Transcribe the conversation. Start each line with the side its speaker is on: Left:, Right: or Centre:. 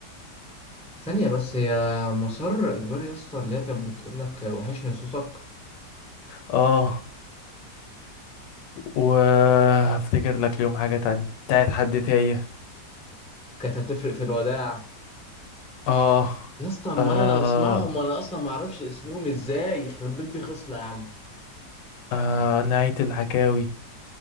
Centre: ثانية بس هي مسار إجباري يا اسطى اللي هي كانت بتقول لك وحشني صوتك
Left: اه وهفتكر لك اليوم حاجه تانية بتاعت حد تايه
Centre: كانت هتفرق في الوداع
Left: اه
Centre: يا اسطى أما
Left: آه
Centre: أنا أنا بسمعهم وأنا أصلا ما أعرفش اسمهم إزاي يخرب بيت دي خصلة يا عم
Left: آه نهاية الحكاوي